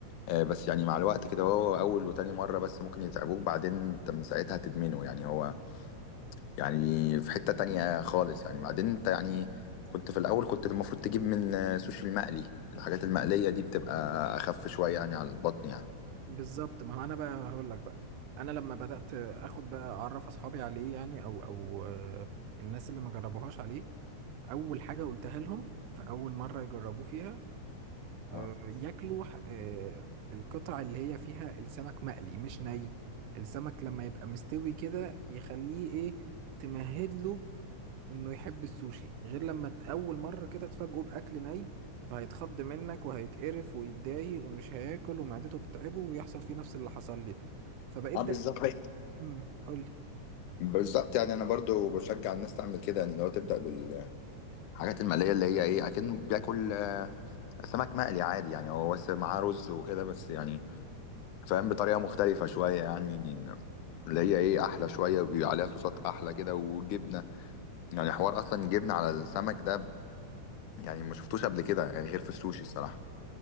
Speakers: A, on the left; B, on the right.
A: آه بس يعني مع الوقت كده هو اول وتاني مره بس ممكن يتعبوك بعدين انت من ساعتها تدمنه يعني هو يعني في حته تانية خالص يعني بعدين انت يعني كنت في الاول كنت المفروض تجيب من آه، سوشي المقلي الحاجات المقليه دي بتبقى اخف شويه يعني على البطن يعني
B: بالظبط ما هو انا بقى هقول لك بقى انا لما بدأت اخد بقى اعرف اصحابي عليه يعني او او آه، الناس اللي ما جربوهاش عليه اول حاجة قلتها لهم في اول مرة يجربوه فيها آه،
A: اه
B: ياكلوا ح- آه، القطع اللي هي فيها السمك مقلي مش ني السمك لما يبقى مستوي كده يخليه ايه تمهد له انه يحب السوشي غير لما ت- اول مرة كده تفاجئه باكل ني فهيتخض منك وهيتقرف ويتضايق ومش هياكل ومعدته تتعبه ويحصل فيه نفس اللي حصل لي ده فبقيت
A: اه
B: ده
A: بالظبط
B: امم قول لي
A: بالظبط يعني انا برضو بشجع الناس تعمل كده يعني لو تبدا بال الحاجات المقلية اللي هي ايه اكنه بياكل آه، سمك مقلي عادي يعني هو بس معاه رز وكده بس يعني فاهم بطريقة مختلفة شوية يعني اللي هي ايه احلى شويه وبيبقى عليها صوصات احلى كده وجبنه يعني حوار اصلا جبنه على السمك ده يعني ما شفتوش قبل كده يعني غير في السوشي الصراحه